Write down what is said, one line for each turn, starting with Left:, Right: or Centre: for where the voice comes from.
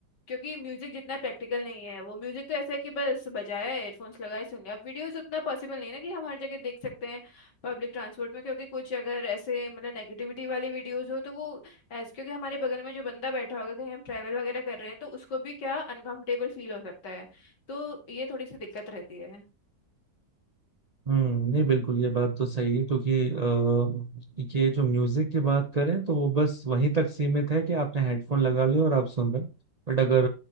Left: क्योंकि म्यूजिक जितना प्रैक्टिकल नहीं है वो म्यूजिक तो ऐसा है कि बस बजाया हेडफोन्स लगाए सुन लिया वीडियोस उतना पॉसिबल नहीं है ना कि हम हर जगह देख सकते हैं पब्लिक ट्रांसपोर्ट में क्योंकि कुछ अगर ऐसे मतलब नेगेटिविटी वाली वीडियोस हो तो वो ऐसे क्योंकि हमारे बगल में जो बंदा बैठा होगा कहीं हम ट्रैवल वगैरह कर रहे हैं तो उसको भी क्या अनकंफर्टेबल फील हो सकता है तो ये थोड़ी सी दिक्कत रहती है
Right: हम्म नहीं बिल्कुल ये बात तो सही है क्योंकि अ, ये जो म्यूजिक की बात करें तो वो बस वहीं तक सीमित है कि आपने हेडफोन लगा लिया और आप सुन रहे हैं बट अगर